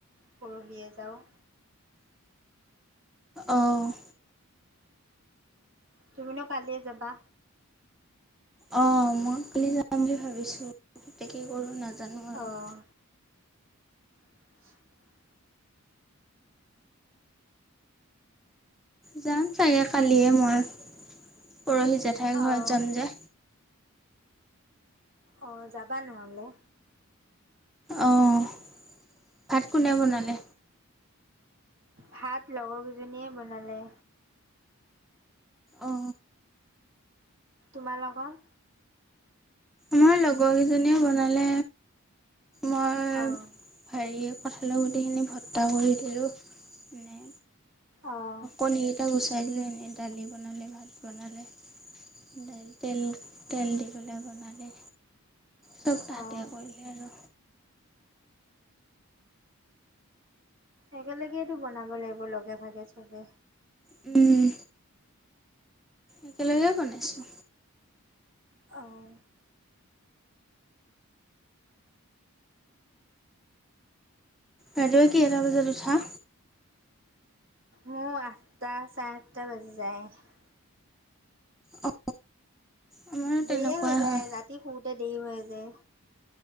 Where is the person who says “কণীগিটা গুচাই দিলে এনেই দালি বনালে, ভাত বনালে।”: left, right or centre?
Centre